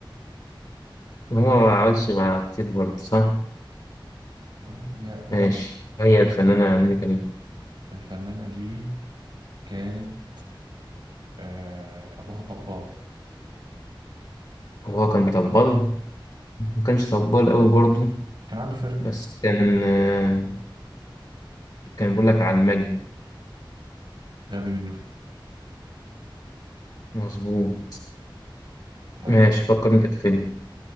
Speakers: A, on the left; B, on the right.
A: هو ما عملش مع كتير برضه صح؟
B: اه هي هند
A: ماشي
B: صبري.
A: هي الفنانة نيلي كريم
B: الفنانة دي كانت آه، أبوها طباخ
A: هو كان طبال ما كانش طبال أوي برضه
B: كان عنده فرقة
A: بس كان آه، كان بيقول لك على المجد
B: غبي منه فيه
A: مظبوط
B: طيب
A: ماشي فكر أنت في فيلم